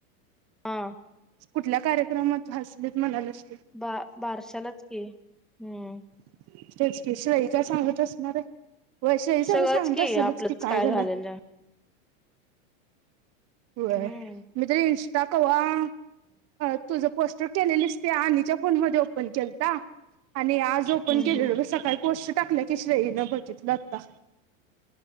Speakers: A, in the centre; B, on the right.
A: हा.
B: कुठल्या कार्यक्रमात हसलीत म्हणालीस?
A: बा बारशालाच की हम्म.
B: <unintelligible> काय सांगत असणारे? वैशाली सगळ
A: सगळंच
B: सांगत असलंच
A: आपलंच
B: की काय झालं
A: झालेलं
B: वय
A: हम्म
B: मी तर इंस्टा कवा तुझं पोस्टर केलेलीस ते आनीच्या फोन मध्ये <unintelligible> आणि आज ओपण
A: हम्म
B: केलेलं
A: हम्म
B: ग सकाळी पोस्ट टाकल्या की श्रेयी न बघितलं आता.